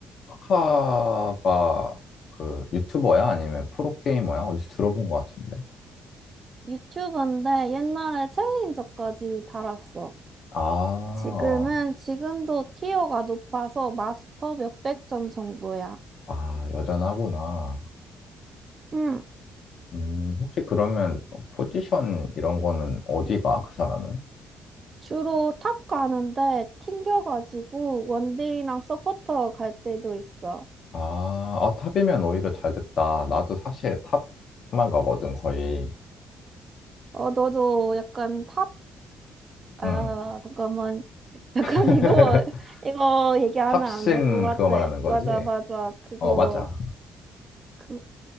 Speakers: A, on the left (about 60°); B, on the right (about 40°).
A: 하카가 그 유튜버야? 아니면 프로게이머야? 어디서 들어본 것 같은데?
B: 유튜브인데 옛날에 챌린저까지 달았어.
A: 아,
B: 지금은, 지금도 티어가 높아서 마스터 몇백 점 정도야.
A: 아, 여전하구나.
B: 응.
A: 음, 혹시 그러면 포지션 이런 거는 어디가, 그 사람은?
B: 주로 탑 가는데 튕겨가지고 원딜이랑 서포터 갈 때도 있어.
A: 아, 아, 탑이면 오히려 잘 됐다. 나도 사실 탑만 가거든, 거의.
B: 어, 너도 약간 팝, 아,
A: 응.
B: 잠깐만. <laughs> 약간
A: <laughs>
B: 이거, 이거 얘기하면
A: 탑신
B: 안 될 것 같아.
A: 그거 말하는 거지?
B: 맞아, 맞아. 그거,
A: 어, 맞아.
B: 그,